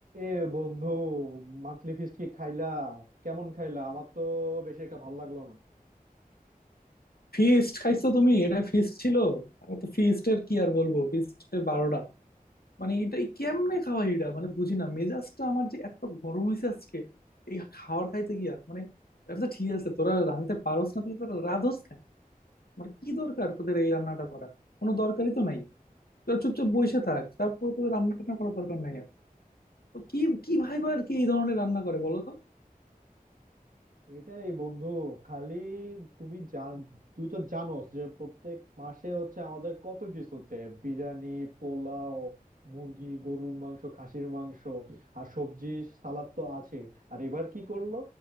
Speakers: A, on the right (about 60°); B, on the left (about 85°).
A: এ বন্ধু monthly feast কি খাইলা কেমন খাইলা আমার তো বেশি একটা ভালো লাগলো না
B: Feast খাইছো তুমি এটা ফিস্ট ছিল আমি তো ফিস্টের কি আর বলবো ফিস্টের বারোটা মানে এটা কেমনে খাওয়া এটা মানে বুঝি না মেজাজটা আমার যে এত গরম হয়েছে আজকে এই খাবার খাইতে গিয়া মানে আচ্ছা ঠিক আছে তোরা রাঁধতে পারোস না তাহলে তোরা রাঁধোস কেন মানে কি দরকার তোদের এই রান্নাটা করা কোনো দরকারই তো নাই তোরা চুপচাপ বসে থাক তারপর তোদের রান্না টান্না করার দরকার নাই আর তো কি কি ভাই আর কি এই ধরনের রান্না করে বলো তো
A: এটাই বন্ধু খালি তুমি জান তুই তো জানোস যে প্রত্যেক মাসে হচ্ছে আমাদের কত কিছুতে বিরিয়ানি পোলাও মুরগি গরুর মাংস খাসির মাংস আর সবজি সালাদ তো আছে আর এবার কি করলো